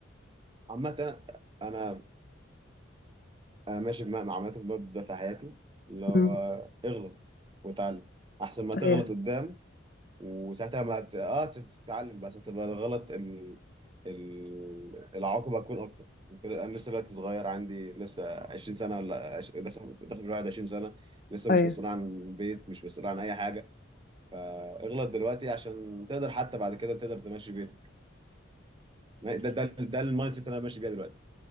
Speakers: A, on the right (about 25°); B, on the left (about 45°).
A: عامه انا انا ماشي بمبدأ عامه بمبدأ في حياتي اللي هو
B: مم.
A: اغلط واتعلم احسن ما تغلط
B: ايوه
A: قدام وساعتها ما ت... اه تتعلم بس هتبقى الغلط ال... ال... العواقب هتكون اكتر أنت- انا لسه دلوقتي صغير عندي لسه 20 سنه ولا عش... داخل داخل الواحد 20 سنه لسه مش
B: ايوه
A: مسؤول عن بيت مش مسؤول عن اي حاجه فاغلط دلوقتي عشان تقدر حتى بعد كده تقدر تمشي بيتك ده ده ده, ده المايند سيت اللي انا ماشي بيها دلوقتي